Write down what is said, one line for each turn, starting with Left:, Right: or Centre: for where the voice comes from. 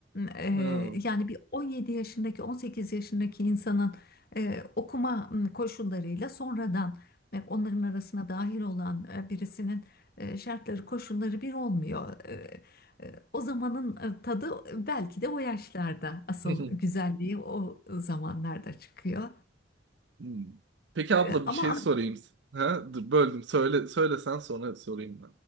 Left: E,
Right: Ha.
Left: Yani bir 17 yaşındaki 18 yaşındaki insanın e, okuma m, koşullarıyla sonradan e, onların arasına dahil olan e, birisinin e, şartları koşulları bir olmuyor. E, e, O zamanın e, tadı belki de o yaşlarda asıl
Right: Hı. <laughs>
Left: güzelliği o zamanlarda çıkıyor.
Right: Hmm. Peki
Left: E,
Right: abla
Left: Ama
Right: bir şey sorayım.
Left: An-
Right: Ha? Dur, böldüm. Söyle, söylesen sonra sorayım